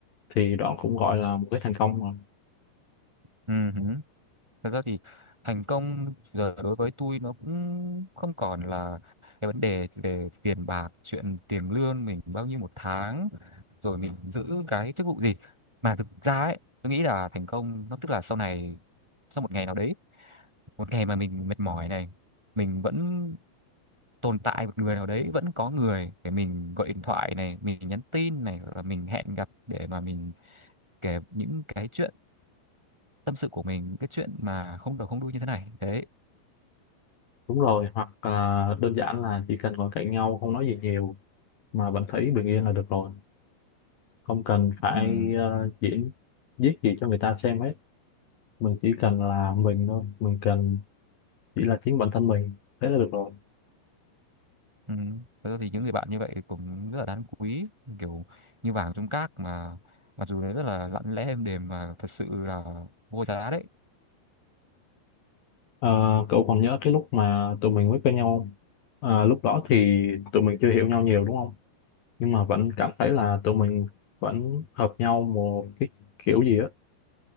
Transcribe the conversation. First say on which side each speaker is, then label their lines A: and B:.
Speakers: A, on the left (about 50°); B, in the centre.
A: thì đó cũng gọi là một cái thành công rồi
B: ừ. hứ. thật ra thì thành công giờ đối với tôi nó cũng không còn là cái vấn đề về tiền bạc chuyện tiền lương mình bao nhiêu một tháng rồi mình giữ cái chức vụ gì mà thực ra ấy tôi nghĩ là thành công nó tức là sau này sau một ngày nào đấy một ngày mà mình mệt mỏi này mình vẫn tồn tại một người nào đấy vẫn có người để mình gọi điện thoại này mình nhắn tin này hoặc là mình hẹn gặp để mà mình kể những cái chuyện tâm sự của mình những cái chuyện mà không đầu không đuôi như thế này đấy
A: đúng rồi hoặc là đơn giản là chỉ cần ngồi cạnh nhau không nói gì nhiều mà vẫn thấy bình yên là được rồi không cần phải
B: ừ,
A: ờ, diễn viết gì cho người ta xem hết mình chỉ cần là mình thôi mình cần chỉ là chính bản thân mình thế là được rồi
B: ừ. Thật ra thì những người bạn như vậy cũng rất là đáng quý kiểu như vàng trong cát mà mặc dù nó rất là lặng lẽ êm đềm mà thật sự là vô giá đấy
A: Ờ, cậu còn nhớ cái lúc mà tụi mình mới quen nhau không? Ờ, lúc đó thì tụi mình chưa hiểu nhau nhiều đúng không nhưng mà vẫn cảm thấy là tụi mình vẫn hợp nhau một cái kiểu gì á